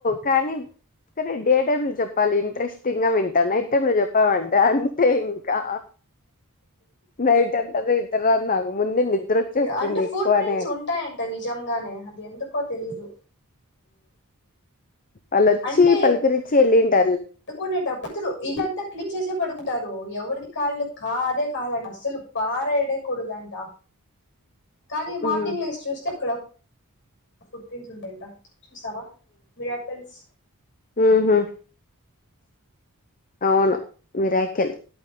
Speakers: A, on the left (about 40°); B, on the left (about 55°).
A: కానీ కనీ డే టైమ్లో చెప్పాలి ఇంట్రెస్టింగ్ గా వింటా నైట్ అంటే మీరు చెప్పామంటే అంటే ఇంకా నైట్ అంత నిద్దర రాదు నాకు ముందే నిద్ర వచ్చేస్తుంది
B: అంటే ఫూట్
A: ఎక్కువనే
B: ప్రింట్స్ ఉంటాయంట నిజంగానే అది ఎందుకో తెలీదు
A: వాళ్ళోచ్చి
B: అంటే
A: పలుకరిచ్చి వెళ్ళిండట
B: పడుకునేటప్పుడు ఇళ్ళంతా క్లీన్ చేసే పడుకుంటారు ఎవరిది కాళ్ళు కాదే కాదనిస్త అసలు పాార ఎడ కొడుదాంటా కానీ మార్నింగ్
A: ఉహు
B: లేసి చూస్తే అక్కడ ఫుట్ ప్రింట్స్ ఉంటాయంట చూసావా మిరాకల్స్
A: మ్ హు అవును మిరాకల్